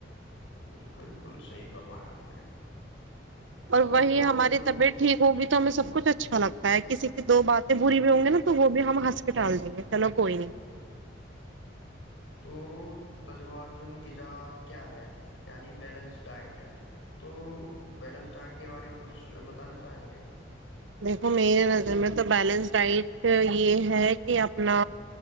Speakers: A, on the left (about 85°); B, on the right (about 75°).
A: بالکل بالکل صحیح فرمایا آپ نے
B: اور
A: تو
B: وہی ہماری
A: مطلب
B: طبیعت ٹھیک ہوگی تو ہمیں سب کچھ اچھا لگتا ہے کسی کی دو باتیں بری بھی ہوں گی نا تو وہ بھی ہم ہنس کے ٹال دیں گے چلو کوئی نہیں
A: تو تجن غذا کیا ہے یعنی بیلنس ڈائٹ تو بیلنس ڈائٹ کے بارے میں کچھ بتانا چاہیں گے
B: دیکھو میے نظر میں تو بیلنس ڈائٹ یہ ہے کہ اپنا